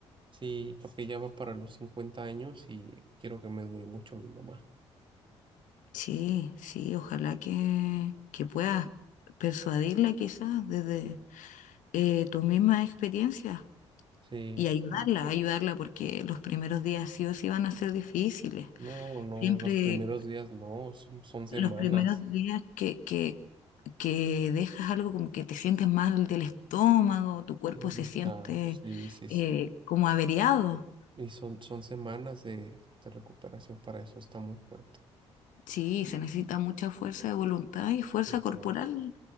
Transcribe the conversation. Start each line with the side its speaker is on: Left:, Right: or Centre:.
Right: sí, porque ya va para los 50 años y quiero que me dure mucho mi mamá.
Left: Sí, sí, ojalá que, que puedas persuadirla quizás desde eh, tus mismas experiencias
Right: Sí,
Left: y ayudarla,
Right: sí.
Left: ayudarla porque los primeros días sí o sí van a ser difíciles.
Right: No, no,
Left: Siempre
Right: los primeros días no, son, son semanas.
Left: los primeros días que, que que dejas algo como que te sientes mal del estómago, tu cuerpo
Right: Sí.
Left: se siente
Right: Claro, sí, sí, sí.
Left: eh, como averiado.
Right: Y son, son semanas de, de recuperación para eso, está muy fuerte.
Left: Sí, se necesita mucha fuerza de voluntad y fuerza
Right: Sí, claro.
Left: corporal